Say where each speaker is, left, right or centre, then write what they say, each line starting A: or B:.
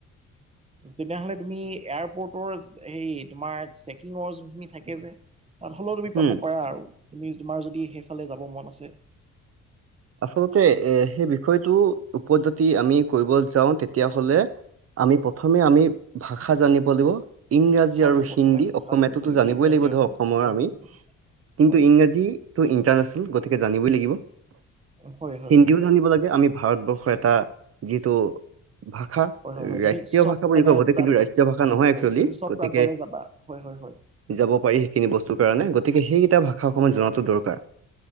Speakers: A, on the right; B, on the right.
A: <inaudible>
B: তেনেহ'লে তুমি এয়াৰপৰ্টৰ হে তোমাৰ চেকিং অৱ যোনখিনি থাকে যে তাত হ'লেও তুমি পাব
A: উম
B: পাৰা আৰু তুমি তোমাৰ যদি সেইফালে যাব মন আছে।
A: আচলতে এ সেই বিষয়টো ওপৰত যদি আমি কৰিব যাওঁ তেতিয়াহলে আমি প্ৰথমে আমি ভাষা জানিব লাগিব। ইংৰাজী
B: হয়
A: আৰু
B: হয় প্ৰথমে
A: হিন্দী
B: ভাষা
A: অসমীয়াটোতো
B: জানিব
A: জানিবই
B: ইংৰাজী
A: লাগিব
B: আৰু
A: ধৰ
B: হিন্দী
A: অসমৰ
B: হয়
A: আমি
B: হয় হয়
A: কিন্তু
B: হয়
A: ইংৰাজীটো ইণ্টাৰনেচনেল গতিকে জানিবই লাগিব
B: হয় হয়।
A: হিন্দীও জানিব লাগে আমি ভাৰতবৰ্ষৰ এটা যিটো ভাষা
B: হয় হয় হয়
A: ৰাষ্ট্ৰীয়
B: তুমি চব
A: ভাষা বুলি
B: মানে
A: কবলে
B: প্ৰান্ত
A: কিন্তু ৰাষ্ট্ৰীয় ভাষা
B: হয়
A: নহয়
B: হয়
A: একচুৱেলি
B: হয় তুমি চব
A: গতিকে
B: প্ৰান্তলৈ যাবা হয় হয় হয়।
A: যাব পাৰি সেইখিনি বস্তুৰ কাৰণে গতিকে সেইকেইটা ভাষা সময়মান
B: হয় হয়
A: জনাটো
B: হয়
A: দৰকাৰ।